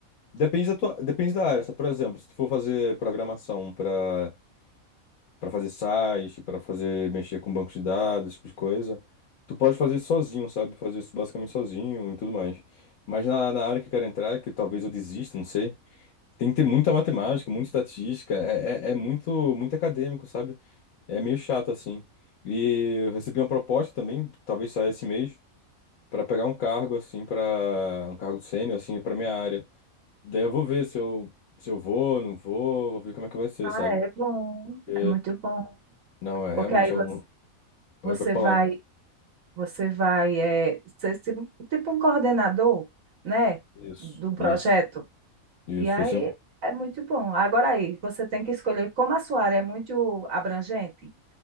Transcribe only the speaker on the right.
É
bom,
é muito bom.
Porque aí você
você
vai Você vai é, ser se- tipo um coordenador, né,
do projeto.
E aí
é muito bom. Agora aí, você tem que escolher como a sua área é muito abrangente,